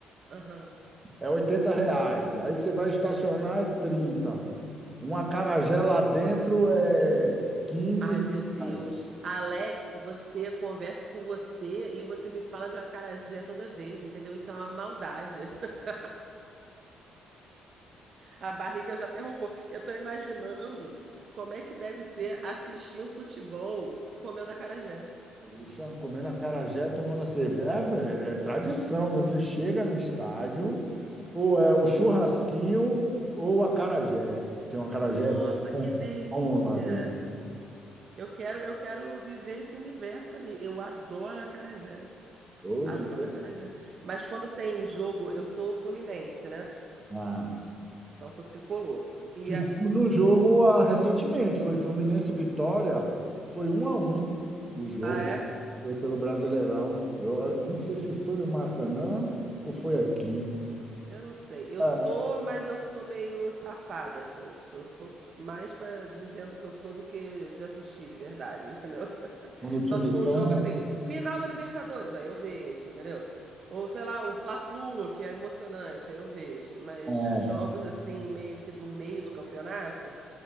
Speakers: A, on the right; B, on the right.
A: Aham.
B: é 80 reais. Aí você vai estacionar, é 30. Um acarajé lá dentro é quinze.
A: Ai, meu Deus.
B: reais.
A: Alex, você conversa com você e você me fala de uma acarajé toda vez, entendeu? Isso é uma maldade. <laughs> A barriga já até roncou. Eu tô imaginando como é que deve ser assistir o futebol comendo acarajé.
B: Poxa, Comendo acarajé, tomando a cerveja. É, é tradição. Você chega no estádio, ou é o churrasquinho ou o acarajé. Tem um acarajé
A: Nossa,
B: bom,
A: que delícia!
B: bom lá de
A: Eu quero, eu quero viver esse universo aí. Eu adoro acarajé.
B: Hoje,
A: Adoro acarajé. Mas quando tem jogo, eu sou fluminense, né?
B: ah,
A: Então sou tricolor. E
B: Tivemos
A: a-
B: um jogo ah, recentemente, foi Fluminense e Vitória, foi um a um o jogo,
A: ah, é?
B: foi pelo Brasileirão. Eu ah, não sei se foi no Maracanã ou foi aqui.
A: Eu não sei. Eu
B: É.
A: sou, mas eu sou meio safada, assim. Tipo, eu sou s- mais pra dizendo que eu sou do que de assistir de verdade, <laughs> entendeu?
B: Quando o time
A: Só se for
B: ganha,
A: um jogo assim, final da Libertadores, aí eu vejo, entendeu? Ou sei lá, um Fla-Flu, que é emocionante, aí eu vejo. Mas
B: é,
A: jogos assim, meio que do meio do campeonato.